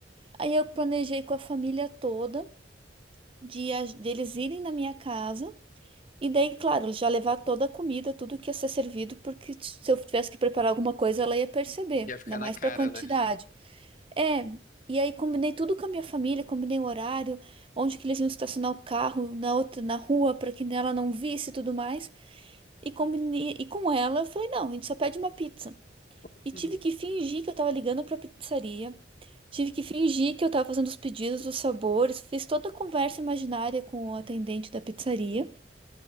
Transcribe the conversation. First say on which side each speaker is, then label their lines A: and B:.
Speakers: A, on the right; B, on the left.
A: Aí eu planejei com a família toda de a- deles irem na minha casa. E daí, claro, já levar toda a comida, tudo que ia ser servido, porque se eu tivesse que preparar alguma coisa, ela ia perceber,
B: Ia ficar
A: ainda mais
B: na cara,
A: pra quantidade.
B: né?
A: É, e aí combinei tudo com a minha família, combinei o horário, onde que eles iam estacionar o carro, na outra, na rua, para que ela não visse e tudo mais. E combinei, e com ela, eu falei, não, a gente só pede uma pizza.
B: <laughs>
A: E tive que fingir que eu tava ligando pra pizzaria, tive que fingir que eu tava fazendo os pedidos, os sabores, fiz toda a conversa imaginária com o atendente da pizzaria.